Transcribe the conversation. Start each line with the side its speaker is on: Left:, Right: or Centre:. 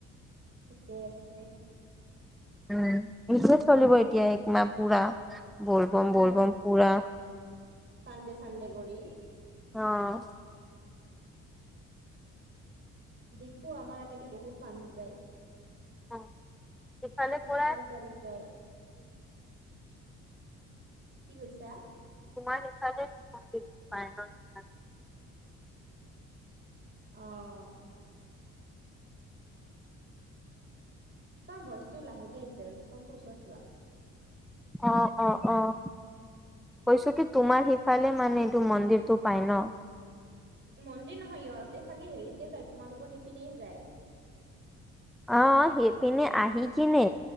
Right: ঠিকে আছে।
Centre: উম, সেইটোৱে চলিব এতিয়া একমাহ পুৰা বলবম
Right: অ
Centre: বলবম পুৰা।
Right: চানডে চানডে কৰি।
Centre: অঁ।
Right: দেখো আমাৰ আগেদি বহুত মানুহ যায়।
Centre: অ ইফালে
Right: খোজ
Centre: পৰা
Right: কাঢ়ি কাঢ়ি যায়। কি কৈছা?
Centre: তোমাৰ সেইফালে মন্দিৰটো পায় ন। সেইকাৰণে।
Right: অঁ। তোমাৰ ভয়েচটো লাহেকে আহিছে ফোনটো ওচৰত লোৱা।
Centre: অঁ অহ অহ। কৈছো কি তোমাৰ সিফালে মানে এইটো মন্দিৰতটো পাই ন।
Right: মন্দিৰ নহয় ইহঁতে চাগে হেৰিতে যায়, তোমালোকৰ সেইপিনে যায়।
Centre: অ, সেইপিনে আহি কিনে